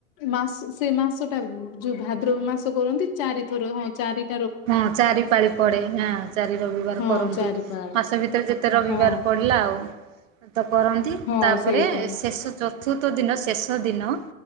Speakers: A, on the left; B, on the right.
A: ମାସ ସେ ମାସଟା ଯଉ ଭାଦ୍ରବ ମାସ କରନ୍ତି ଚାରିଥର ହଁ ଚାରି
B: ହଁ ଚାରି ପାଳି ପଡେ ହଁ ଚାରି ରବିବାର
A: ହଁ
B: କରନ୍ତି
A: ଚାରିପାଳି
B: ମାସ ଭିତରେ ଯେତେ ରବିବାର
A: ହଁ
B: ପଡେ ହେଲା ଆଉ ତ କରନ୍ତ
A: ହଁ
B: ତାପରେ
A: ସେଇଟା
B: ଶେଷ ଚତୁର୍ଥ ଦିନ ଶେଷ ଦିନ